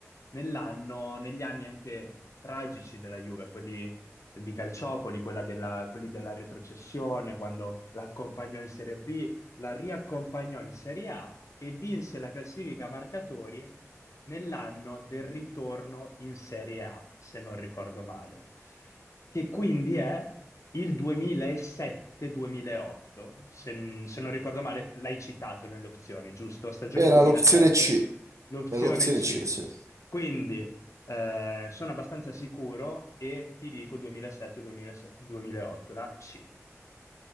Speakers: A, on the left (about 70°); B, on the right (about 80°).
A: nell'anno, negli anni anche tragici della Juve, quelli di Calciopoli, quella della- quelli della retrocessione, quando l'accompagnò in Serie B la riaccompagnò in Serie A e vinse la classifica marcatori nell'anno del ritorno in Serie A, se non ricordo male, che quindi è il 2007-2008, se, se non ricordo male, l'hai citato nelle opzioni, giusto? Stagione
B: Era
A: 2007,
B: l'opzione C,
A: l'opzione
B: era l'opzione
A: C.
B: C, sì.
A: Quindi eh, sono abbastanza sicuro e ti dico 2007-2008, la C.